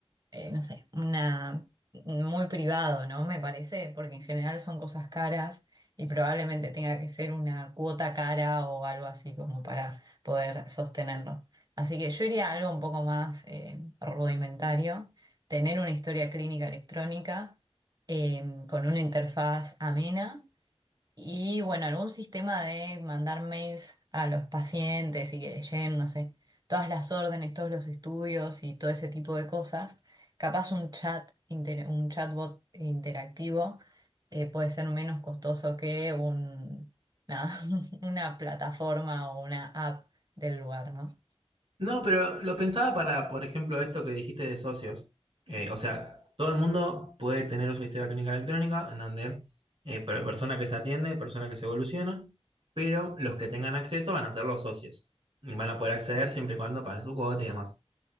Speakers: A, on the right; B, on the right.
A: eh, no sé, una, muy privado, ¿no? Me parece, porque en general son cosas caras y probablemente tenga que ser una cuota cara o algo así como para poder sostenerlo. Así que yo iría a algo un poco más eh, rudimentario, tener una historia clínica electrónica eh, con una interfaz amena y bueno, algún sistema de mandar mails a los pacientes y que les lleguen, no sé, todas las órdenes, todos los estudios y todo ese tipo de cosas. Capaz un chat, inter- un chatbot interactivo eh, puede ser menos costoso que un, nada, <laughs> una plataforma o una app del lugar, ¿no?
B: No, pero lo pensaba para, por ejemplo, esto que dijiste de socios. Eh, o sea, todo el mundo puede tener su historia clínica electrónica, en donde eh, per- persona que se atiende, persona que se evoluciona, pero los que tengan acceso van a ser los socios. Y van a poder acceder siempre y cuando paguen su cuota y demás.